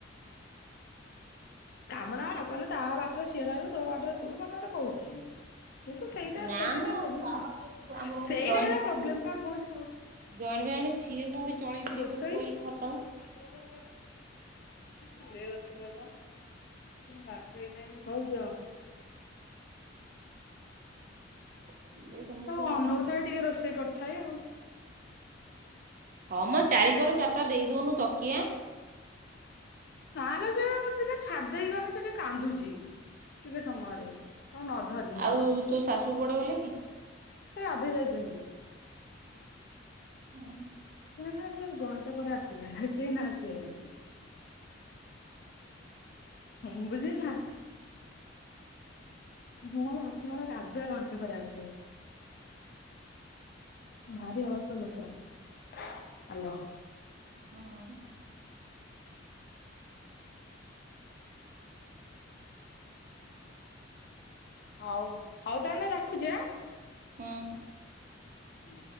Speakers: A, on the left; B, on the right.
A: କାମ ଦାମ ନ କଲେ ତା ବାଟରେ ସିଏ ରହିବ ତୋ ବାଟରେ ତୁ ମାନେ ଗୋଟେ କହୁଛି। କିନ୍ତୁ ସେଇଟା
B: ନା
A: ସେଇଟା
B: ମ
A: ଟିକେ ପ୍ରୋବଲେମ
B: ତା
A: ଆଉ
B: ପାଖରେ ଆମର ଗୋଟେ
A: ସେଇଟା
B: ଜଏଣ୍ଟ
A: ହେଲା ପ୍ରୋବଲେମ୍
B: ଫ୍ୟାମିଲି
A: ପା କହୁଚି
B: ଜଏଣ୍ଟ ଫ୍ୟାମିଲି ସିଏ କୋଉଠି ଚଳେଇ ପାରିବ
A: ରୋଷେଇ।
B: କହିଲୁ ଘରଟାକୁ।
A: ହଁ ଚିଲେଇଲା ଚିଲେଇଲା। ପୁଣି ଗାଧେଇବି ହଉ ଯାଆ।
B: ସିଏ ସେମିତିଆ
A: ତାକୁ ଅନଉଥାଏ ଟିକେ ରୋଷେଇ କରି। ଉଥାଏ ଆଉ।
B: ହଁ ମ ଚାରିିକର ଚାରିଟା ଦେଇ ଦଉନୁ ତକିଆ।
A: ନା ଲୋ ସେ ଟିକେ ଛାଡି ଦେଇେଗଲେ ସେ ଟିକେ କାନ୍ଦୁଛି ଟିକେ ସମୟରେ। ତାକୁ ନ ଧରିନେ
B: ଆଉ ତୋ ଶାଶୁ କୁଆଡେ ଗଲେ କି?
A: ସେ ଗାଧେଇ ଯାଇଛନ୍ତି।
B: ହୁଁ
A: ସେ ଏଇନା ନୁହେଁ ଘଣ୍ଟେ ପରେ ଆସିବେ ହାରି ସେ ଏଇନା ଆସିବେନି। ହୁଁ ବୁଝିଲୁ ନା। ମୋ ଶାସୁଙ୍କର ଗାଧୁଆ ଘଣ୍ଟେ ପରେ ଆସିବେ। ଭାରି ଅଳଶୁଆ ଲୋ। କହ ହାଲୋ।
B: ହଁ।
A: ହଉ ହଉ ତାହାଲେ ରଖୁଛି ଆଁ।
B: ହୁଁ ହୁଁ।
A: ହୁଁ